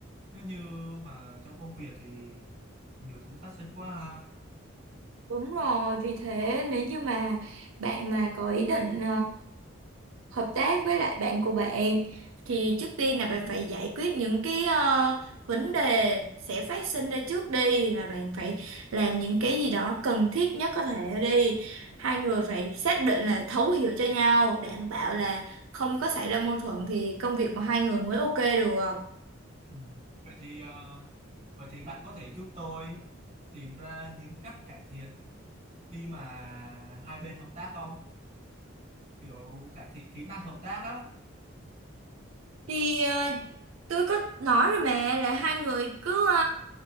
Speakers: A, on the right; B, on the right.
A: nếu như mà trong công việc thì nhiều thứ phát sinh quá ha
B: Đúng rồi, vì thế nếu như mà bạn mà có ý định hợp tác với lại bạn của bạn thì trước tiên là bạn phải giải quyết những cái ờ, vấn đề sẽ phát sinh ra trước đi là bạn phải làm những cái gì đó cần thiết nhất có thể đi hai người phải xác định là thấu hiểu cho nhau đảm bảo là không có xảy ra mâu thuẫn thì công việc của hai người mới ok được
A: ừ, vậy thì ờ, vậy thì bạn có thể giúp tôi tìm ra những cách cải thiện khi mà hai bên hợp tác không kiểu cải thiện kỹ năng hợp tác á
B: thì ờ, tôi có nói rồi mà là hai người cứ ờ,